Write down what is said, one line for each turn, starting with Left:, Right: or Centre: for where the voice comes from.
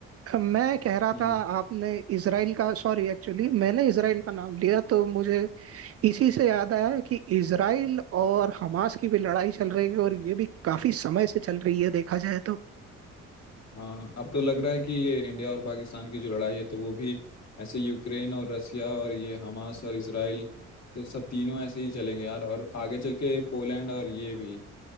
Right: मैं कह रहा
Left: हम्म
Right: था आपने इसराइल का सॉरी एक्चुअली मैंने इसराइल का नाम लिया तो मुझे इसी से याद आया कि इसराइल और हमास की भी लड़ाई चल रही है और ये भी काफी समय से चल रही है देखा जाए तो
Left: हाँ अब तो लग रहा है कि ये इंडिया और पाकिस्तान की जो लड़ाई है तो वो भी ऐसे यूक्रेन और रसिया और ये हमास और इसराइल तो सब तीनों ऐसे ही चलेंगे यार और आगे चल के पोलैंड और ये भी